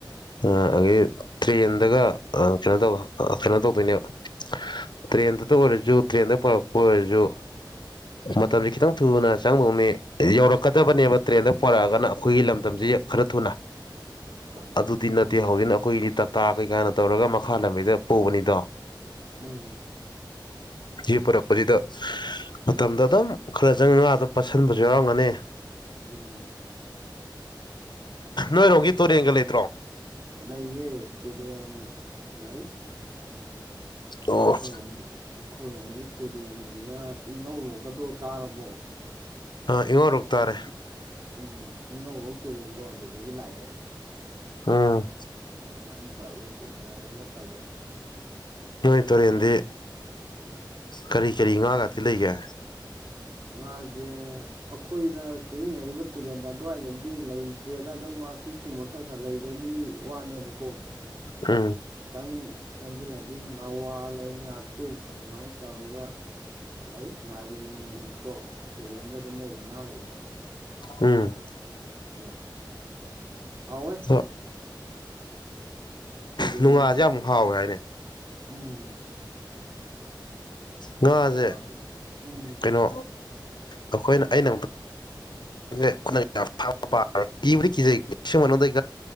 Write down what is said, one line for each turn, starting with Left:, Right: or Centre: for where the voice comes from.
Left: ꯑ ꯑꯗꯒꯤ ꯇ꯭ꯔꯦꯟꯗꯒ ꯀꯩꯅꯣ ꯇꯧꯕ ꯀꯩꯅꯣ ꯇꯧꯗꯣꯏꯅꯦꯕ
Right: ꯎꯝ
Left: ꯇ꯭ꯔꯦꯟꯗꯇ ꯑꯣꯏꯔꯁꯨ ꯇ꯭ꯔꯦꯟꯗ ꯄꯨꯔꯛꯄ ꯑꯣꯏꯔꯁꯨ ꯃꯇꯝꯁꯦ ꯈꯤꯇꯪ ꯊꯨꯅ ꯆꯪꯗꯧꯅꯤ ꯌꯧꯔꯛꯀꯗꯕꯅꯦꯕ ꯇ꯭ꯔꯦꯟꯗ ꯄꯣꯔꯛꯑꯒꯅ ꯑꯩꯈꯣꯏꯒꯤ ꯂꯝꯗꯝꯁꯤ ꯈꯔ ꯊꯨꯅ
Right: ꯃꯥꯅꯦ
Left: ꯑꯗꯨꯗꯤ ꯅꯠꯇꯦ ꯍꯧꯖꯤꯛꯅ ꯑꯩꯈꯣꯏꯏꯅꯤ ꯇꯥꯇꯥ ꯀꯩꯀꯥꯅ ꯇꯧꯔꯒ ꯃꯈꯥ ꯂꯝꯕꯤꯗ ꯄꯨꯕꯅꯤꯗꯣ
Right: ꯎꯝ
Left: <inaudible> ꯄꯨꯔꯛꯄꯁꯤꯗ ꯃꯇꯝꯗ ꯑꯗꯨꯝ ꯈꯔ ꯆꯪ ꯉꯥꯗ ꯄꯥꯠꯁꯤꯟꯕꯁꯨ ꯌꯥꯎꯔꯝꯒꯅꯤ
Right: ꯎꯝ
Left: ꯅꯣꯏꯔꯣꯝꯒꯤ ꯇꯨꯔꯦꯟꯒ ꯂꯩꯇ꯭ꯔꯣ
Right: ꯂꯩꯌꯦ ꯇꯨꯔꯦꯟ ꯂꯩ
Left: ꯑꯣ
Right: ꯑꯩꯈꯣꯏꯔꯣꯝ ꯑꯩꯈꯣꯏꯔꯣꯝꯒꯤ ꯇꯨꯔꯦꯟꯁꯤꯅ ꯏꯍꯧꯔꯣꯛꯀꯗꯣ ꯇꯥꯔꯕꯣ
Left: ꯑ ꯏꯉꯣꯔꯣꯛ ꯇꯥꯔꯦ
Right: ꯎꯝ ꯏꯉꯧꯔꯣꯛ ꯇꯨꯔꯦꯟꯗꯣ ꯑꯗꯨꯗꯒꯤ ꯂꯥꯛꯑꯦ
Left: ꯎꯝ
Right: ꯑꯗꯨꯃꯥꯏꯅ ꯇꯧꯔꯒ ꯆꯦꯟꯊꯔꯒ ꯇꯧꯋꯅꯤ
Left: ꯅꯣꯏ ꯇꯨꯔꯦꯟꯗꯤ ꯀꯔꯤ ꯀꯔꯤ ꯉꯥ ꯉꯥꯛꯇꯤ ꯂꯩꯒꯦ
Right: ꯃꯥꯁꯦ ꯑꯩꯈꯣꯏꯅ ꯁꯤꯖꯤꯟꯅꯔꯤꯕ ꯇꯨꯔꯦꯟꯗ ꯑꯗꯨꯋꯥꯏꯗꯗꯤ ꯂꯩꯇꯦꯗ ꯑꯗꯨꯝ ꯀꯨꯞ ꯀꯨꯝꯕ ꯈꯔ ꯈꯔ ꯂꯩꯕꯒꯤ ꯋꯥꯅꯦꯕꯀꯣ
Left: ꯎꯝ
Right: ꯈꯤꯇꯪ ꯆꯪꯁꯤꯜꯂꯗꯤ ꯉꯋꯥ ꯂꯩ ꯉ ꯑꯗꯨꯃꯥꯏꯅ ꯇꯧꯔꯒ ꯂꯩ ꯉꯥꯥꯁ ꯅꯨꯡꯗꯤ ꯀꯣ ꯇꯨꯔꯦꯟꯗ ꯑꯗꯨꯝ ꯂꯩꯕ ꯉꯥꯈꯩꯗꯣ
Left: ꯎꯝ
Right: ꯑ ꯍꯥꯎ ꯑꯣꯏꯦ
Left: ꯑꯗꯣ
Right: ꯇꯨꯔꯦꯟꯒꯤ
Left: ꯅꯨꯡꯉꯥꯁꯦ
Right: ꯉꯥꯁꯨ
Left: ꯑꯃꯨ ꯍꯥꯎꯋꯦ ꯍꯥꯏꯅꯦ
Right: ꯎꯝ
Left: ꯉꯥꯁꯦ
Right: ꯅꯋꯥꯗꯣ ꯎꯝ
Left: ꯀꯩꯅꯣ ꯑꯩꯈꯣꯏꯅ ꯑꯩꯅ <unintelligible> <inaudible> ꯤꯕꯗꯤ ꯀꯤꯩ ꯁꯤꯩ